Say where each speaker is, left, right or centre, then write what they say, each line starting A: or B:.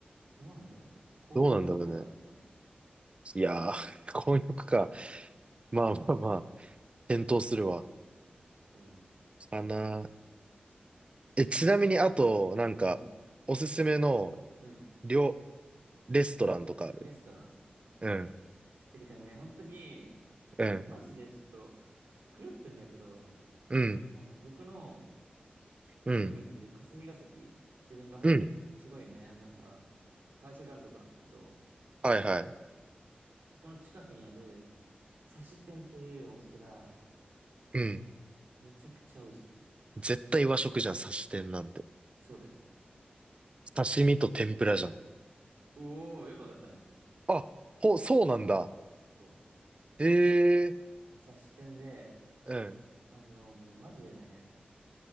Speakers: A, on the right; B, on the right.
A: どうなんだろうね。混浴のとこがあるとかね。
B: どうなんだろうね。いやー、<laughs> 混浴か。まあまあまあ、検討するわ。
A: そ
B: かなーえ、ちなみにあと、なんか、
A: う。うん。
B: おすすめの
A: うん。
B: 料、レストランとかある
A: レストラン。
B: うん、
A: え、てかね、本当に、
B: うん、
A: 僕マジでちょっと狂ってんだけど、
B: うん、
A: あの、僕の
B: うん、
A: よく行ってる霞が関、自分がすごいね、
B: うん。
A: なんか、会社があるとこなんだけど、
B: はいはい。
A: そこの近くにある、刺し店っていうお店が、
B: うん。
A: めちゃくちゃ美味しい。
B: 絶対和食じゃん、刺し店なんて。
A: そうだよ。
B: 刺身と天ぷらじゃん。
A: おー、よくわかったね。
B: あ、ほ、そうなんだ。
A: そう
B: ええ
A: もう察してんで、
B: うん、
A: あの、もうマジでね、